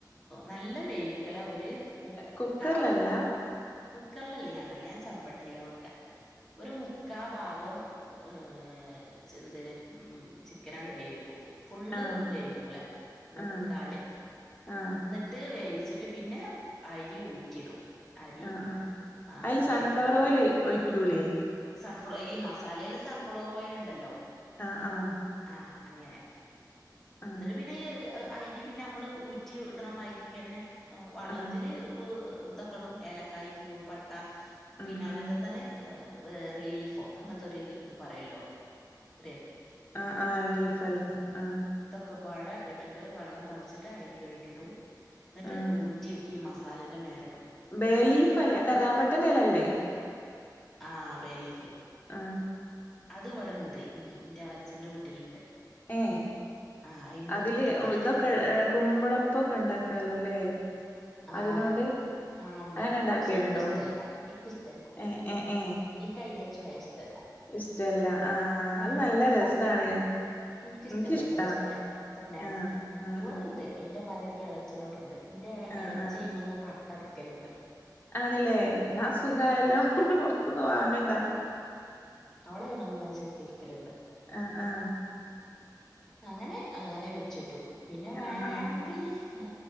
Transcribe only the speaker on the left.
കുക്കറിലല്ല
ആഹ്
ആഹ് ആഹ്
ആ ആ
അതില്
സൺഫ്ലവർ ഓയിയില് ഒഴക്കൂല്ലേ
ആഹ് ആഹ്
ആഹ്
ആഹ്
ഉം
ഉം
ആ ആ ലീഫ് അല്ലേ ആഹ
ആഹ്
ബേ ലീഫ അല്ലേ കറാ പട്ടന്റെ എലല്ലേ
ആ
ഏ
അതില്
ഇതൊക്കെ ഏ കുമ്പളപ്പൊക്കെ ഇണ്ടാക്കാലോ ല്ലേ
അതിനോണ്ട്
അങ്ങനെ ഇണ്ടാക്കിട്ടുണ്ടോ
ഏ ഏ ഏ
ഇഷ്ടല്ല ആ
അത് നല്ല
രസാണ്
എനിക്കിഷ്ടാ
ആഹ് ആഹ്
ആഹ്
ആഹ്
ആണില്ലേ എന്നാ സുഖയല്ലോ പുറത്തൊന്ന് വാങ്ങണ്ടാ
ആ ആ
ആഹ്
ആഹ്